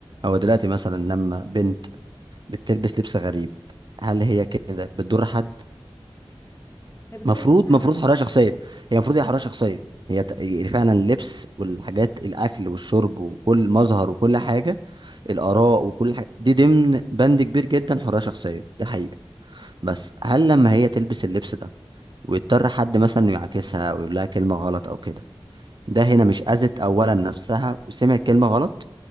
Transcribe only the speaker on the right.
او دلوقتي مثلا لما بنت بتلبس لبس غريب هل هي كده بتضر حد
مفروض
مفروض حريه شخصيه هي المفروض هي حريه شخصيه هي ت- هي فعلا اللبس والحاجات الاكل والشرب وكل مظهر وكل حاجه الاراء وكل حاجه دي ضمن بند كبير جدا حريه شخصيه دي حقيقه بس هل لما هي تلبس اللبس ده ويضطر حد مثلا إنه يعاكسها او يقول لها كلمه غلط او كده ده هنا مش اذت اولا نفسها وسمعت كلمه غلط